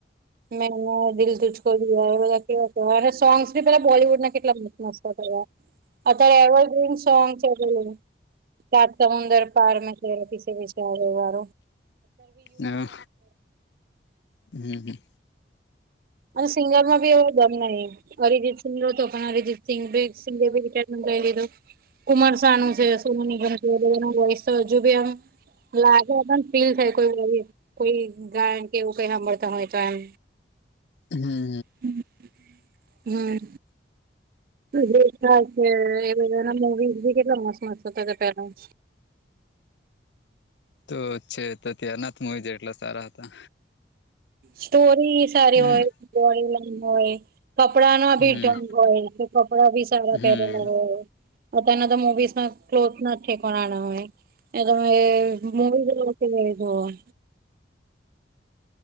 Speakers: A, on the right (about 50°); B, on the left (about 75°).
A: મેંને દિલ તુજકો એ બધા કેવા અને સોંગ્સ બી પેલા બોલીવુડ ના કેટલા નાસ્તો તૈયાર. અત્યાર એવો જે ભી સોંગસ એવું લે સાત સમુંદર પાર મે વિશ વારે
B: હમ્મ, હમ્મ, હમ્મ.
A: અને સિંગર માં બી એવો દમ નહીં. અરિજીત સિંગ હતો પણ અરિજીત સિંગ સિંગર ભી રિટાયરમેન્ટ લઈ લીધો. કુમર સાનું <unintelligible> હજુ બી જુબેન લાગે પણ ફીલ થ કોઈ કોઈ ગાયન કે એવું કઈ સાભતા હોય તો એમ.
B: હમ્મ.
A: હમ્મ, હમ્મ. રખા છે એ બધા ના મુવીઝ બી કેટલા મસ્ત મસ્ત હતા થા પેહલા.
B: તો છે તો ત્યારનાથ મુવી જે એટલા સારા હતા.
A: સ્ટોરી સારી
B: હમ
A: હોય એન્જોયમેન્ટ હોય. કપડા ના ભી
B: હમ
A: ઢંગ હોય તો કપડા ભી સારા
B: હમ
A: પહેરેલા હોય. અત્યાર ના તો મુવીઝ ના ક્લોઝ નાજ ઠેકાણા નહીં નહીં તો એ મૂવી તો વળી જોવા